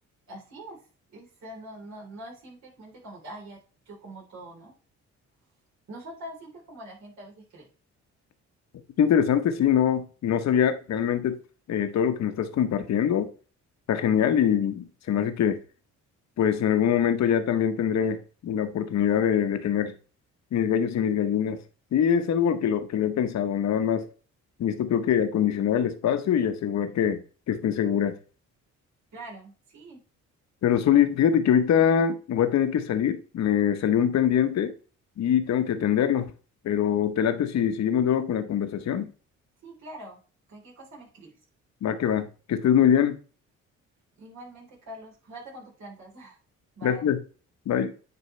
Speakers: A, on the right; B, on the left.
A: Así es, es, eh, no, no, no es simplemente como que, ah, ya, yo como todo, ¿no? No son tan simples como la gente a veces cree.
B: qué interesante, sí, no, no sabía realmente eh, todo lo que me estás compartiendo. Está genial y se me hace que, pues, en algún momento ya también tendré la oportunidad de, de tener mis gallos y mis gallinas. Sí, es algo que lo, que lo he pensado, nada más. Y esto creo que acondicionar el espacio y asegurar que, que estén seguras.
A: Claro, sí,
B: Pero Zuli, fíjate que ahorita voy a tener que salir, me salió un pendiente y tengo que atenderlo, pero te late si seguimos luego con la conversación.
A: sí, claro. Cualquier cosa me escribes.
B: Va que va, que estés muy bien.
A: Igualmente, Carlos, cuídate con tus plantas. <laughs> Bye.
B: Gracias. Bye.